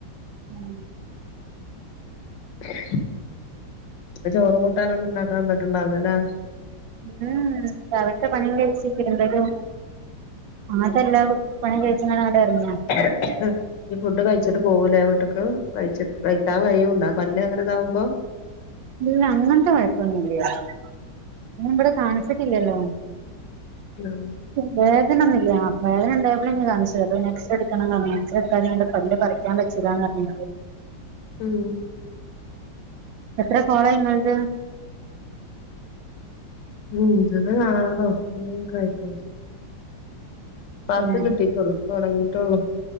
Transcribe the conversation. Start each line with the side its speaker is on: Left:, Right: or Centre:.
Right: ഉം
Left: <unintelligible> ഇന്ന് ചോറും കൂട്ടാനൊന്നുണ്ടാക്കൻ നിന്നിട്ടണ്ടാവില്ലല്ലേ
Right: ഉം രാവില്ത്തെ പണികഴച്ച് തിരുബലും ആദ്യല്ല പണി കൈച്ച്ങ്ങാണ്ട് ആണ്ട് എറങ്ങ
Left: <unintelligible> ഈ ഫുഡ് കഴിച്ചിട്ട് പോകൂലേ വീട്ട്ക്ക് കഴിച്ചി കഴിച്ചാൻ കഴിയുണ്ടാ പല്ല് അങ്ങനെ ഇതാവുമ്പോ
Right: ഇല്ല അങ്ങനത്തെ കൊയപ്പോന്നൂല്യ പിന്നെ ഇവിടെ കാണിച്ചിട്ടില്ലല്ലോ
Left: ഹെലൊ
Right: വേദനയൊന്നുല്ല ആഹ് വേദന ഇണ്ടായപ്പളെന്നെ കാണിച്ചെ അപ്പ പിന്നെഎക്സ്റേ ഇട്ക്കണം പറഞ്ഞ് എക്സറ എടുക്കാഞാണ്ട് പല്ല് പറിക്ക ക്കാൻ പറ്റൂലാന്ന് പറഞ്ഞ്
Left: ഉം
Right: എത്ര കോളയി നിങ്ങളത്
Left: ഇന്റേത് ആറോ ഏയോ ഒക്കെ ആയിക്ക്ണ് വർക്ക്
Right: ഏഹ്
Left: കിട്ടീട്ടൊള്ളു തൊടങ്ങിയിട്ടൊള്ളു